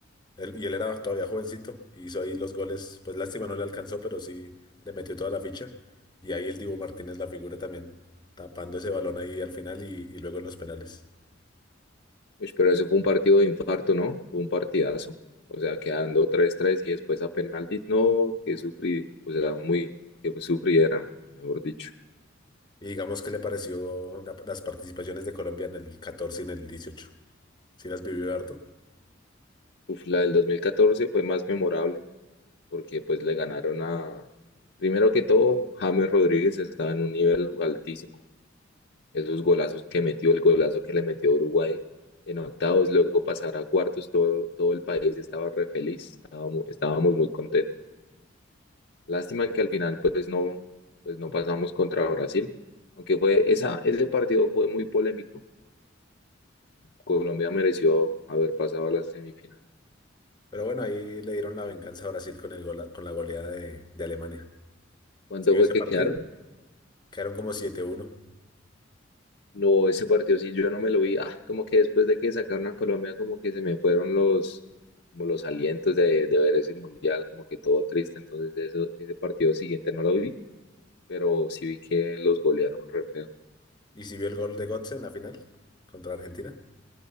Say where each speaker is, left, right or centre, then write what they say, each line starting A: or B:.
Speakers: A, on the left; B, on the left.
A: él, y él era todavía jovencito, y hizo ahí los goles, pues lástima no le alcanzó, pero sí le metió toda la ficha. Y ahí el Dibu Martínez, la figura también, tapando ese balón ahí al final y, y luego en los penales.
B: Uy, pero eso fue un partido de infarto, ¿no? Fue un partidazo. O sea, quedando tres tres y después a penaltis, no, que sufrí, o sea, muy, que sufrieran, mejor dicho.
A: Y digamos, ¿qué le pareció la- las participaciones de Colombia en el 14 y en el dieciocho. Sí las vivió harto.
B: Uf, la del 2014 fue más memorable, porque pues le ganaron a, primero que todo, James Rodríguez estaba en un nivel altísimo. Esos golazos que metió, el golazo que le metió a Uruguay en octavos, luego pasar a cuartos, todo, todo el país estaba re feliz, estábamos, estábamos muy contentos. Lástima que al final pues no, pues no pasamos contra Brasil, aunque fue esa, ese partido fue muy polémico. Colombia mereció haber pasado a la semifinal.
A: Pero bueno, ahí le dieron la venganza a Brasil con el gola- con la goleada de, de Alemania.
B: ¿Cuánto
A: ¿Sí vio
B: fue
A: ese
B: que
A: partido?
B: quedaron?
A: Quedaron como siete uno.
B: No, ese partido sí, yo no me lo vi. Ah, como que después de que sacaron a Colombia, como que se me fueron los, como los alientos de, de ver ese mundial, como que todo triste. Entonces eso, ese partido siguiente no lo vi, pero sí vi que los golearon re feo.
A: Y si vio el gol de Götze en la final contra Argentina.